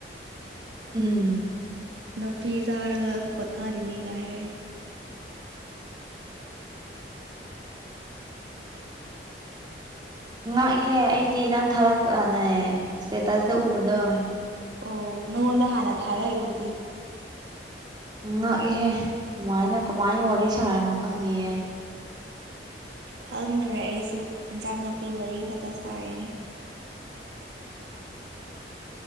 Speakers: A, on the right (about 25°); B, on the right (about 75°).
A: ꯎꯝ
B: ꯅꯨꯄꯤ ꯆꯥꯔꯒ ꯄ‌ꯣꯊꯥꯔꯤꯅꯤ ꯀ ꯍꯥꯏꯔꯛꯑ‌ꯦ
A: ꯉꯥꯛꯏꯍꯦ ꯑꯩꯗꯤ ꯅꯪ ꯊꯥꯔꯛꯄꯅꯦ ꯏꯁꯇꯦꯇꯁꯇ ꯎꯕꯗꯣ
B: ꯑꯣ ꯅꯪꯉꯣꯟꯗ ꯍꯥꯟꯅ ꯊꯥꯔꯛꯏꯗꯨꯗꯤ
A: ꯎ ꯉꯥꯛꯏꯍꯦ ꯑꯗꯨꯃꯥꯏꯅ ꯀꯃꯥꯏꯅ ꯋꯥꯔꯤ ꯁꯥꯔꯤꯅꯣ ꯈꯪꯗꯤꯌ‌ꯦ
B: ꯈꯪꯗ꯭ꯔꯦ ꯑꯩꯁꯨ ꯏꯟꯖꯥꯡ ꯅꯥꯄꯤ ꯋꯥꯔꯤ ꯈꯛꯇ ꯁꯥꯔꯤꯅꯦ